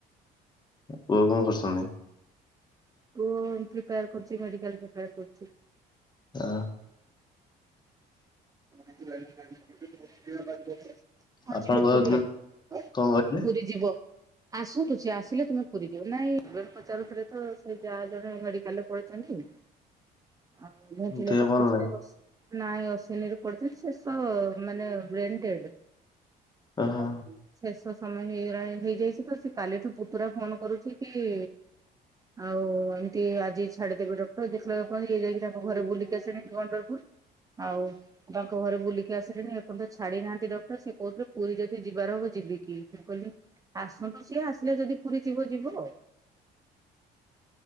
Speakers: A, on the left; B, on the right.
A: ପୁଅ କଣ କରୁଛନ୍ତି?
B: ପୁଅ ପ୍ରିପେୟାର କରୁଛି ମେଡିକାଲ ପ୍ରିପେୟାର କରୁଛି।
A: ଆ
B: <unintelligible> ହଁ
A: ଆପଣଙ୍କ
B: ଯିବ ପୁରୀ ଆଉ
A: କଣ କହିଲେ
B: ପୁରୀ ଯିବ। ଆସନ୍ତୁ ସେ ଆସିଲେ ତୁମେ ପୁରୀ ଯିବ ନାଇଁ ପଚାରୁଥିଲେ ତ ସେ ଯା ଜଣେ ମେଡିକାଲରେ ପଡ଼ିଛନ୍ତି। ଆଉ ଭେଣ୍ଟିଲେଟର
A: ଦେହ ଭଲ
B: <unintelligible>
A: ନାହିଁ?
B: ନାଇଁ ଅଶ୍ଵିନୀ ରେ। ପଡ଼ିଛନ୍ତି ସେ ତ ମନେ ବ୍ରେନଡେଡ୍।
A: ଓହୋ
B: ଆଉ ଶେଷ ସମୟ ହେଇଗଲାଣି ହେଇଯାଇଛି। ତ ସେ କାଲିଠୁ ପୁତୁରା ଫୋନ କରୁଛି କି ଆଉ ଏମିତି ଆଜି ଛାଡିଦେବେ ଡକ୍ଟର ଦେଖିଲାବେଳୁ ପୁଣି ଇଏ ଯାଇକି ତାଙ୍କ ଘରେ ବୁଲିକି ଆସିଲଣି ଗଣ୍ଡୋଳ ପୁର। ଆଉ ତାଙ୍କ ଘରେ ବୁଲିକି ଆସିଲେଣି ଏପର୍ଯ୍ୟନ୍ତ ଛାଡି ନାହାନ୍ତି ଡକ୍ଟର ସେ କହୁଥିଲେ ପୁରୀ ଯଦି ଯିବାର ହବ ଯିବିକି ମୁଁ କହିଲି ଆସନ୍ତୁ ସିଏ ଆସିଲେ ଯଦି ପୁରୀ ଯିବ ଯିବ ଆଉ।